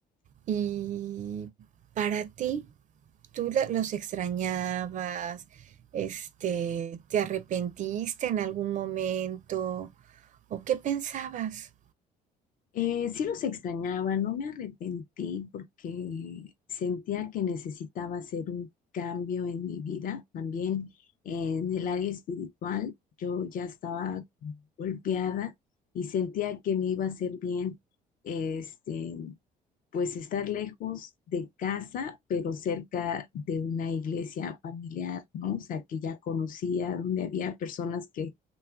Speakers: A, on the right; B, on the left.
A: Y para ti, tú la- los extrañabas, este, te arrepentiste en algún momento o qué pensabas?
B: Eh, sí los extrañaba, no me arrepentí porque sentía que necesitaba hacer un cambio en mi vida, también en el área espiritual. Yo ya estaba golpeada y sentía que me iba a hacer bien este, pues estar lejos de casa, pero cerca de una iglesia familiar, ¿no? O sea, que ya conocía, donde había personas que